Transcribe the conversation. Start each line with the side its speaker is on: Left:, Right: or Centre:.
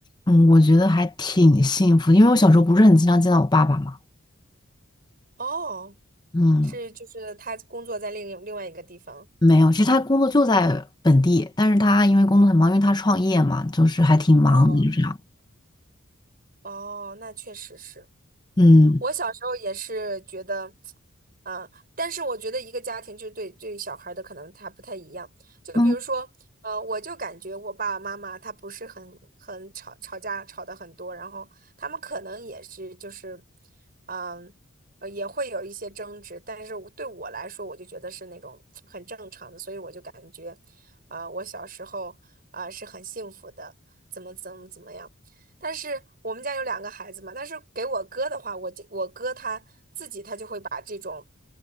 Left: 嗯，我觉得还挺幸福的因为我小时候不是很经常见到我爸爸嘛。
Right: 哦，
Left: 嗯，
Right: 是就是他工作在另另外一个地方。
Left: 没有，其实他工作就在本地，但是他因为工作很忙，因为他创业嘛，就是还挺忙的，
Right: 哦，
Left: 就这样。
Right: 哦，那确实是。
Left: 嗯
Right: 我小时候也是觉得，啊、但是我觉得一个家庭就是对对小孩儿的可能他不太一样。就比如说，
Left: 嗯
Right: 呃，我就感觉我爸爸妈妈他不是很很吵吵架吵得很多，然后他们可能也是就是，嗯、呃，也会有一些争执，但是我对我来说，我就觉得是那种很正常的，所以我就感觉，啊、我小时候啊、是很幸福的，怎么怎么怎么样。但是我们家有两个孩子嘛，但是给我哥的话，我就我哥他自己他就会把这种，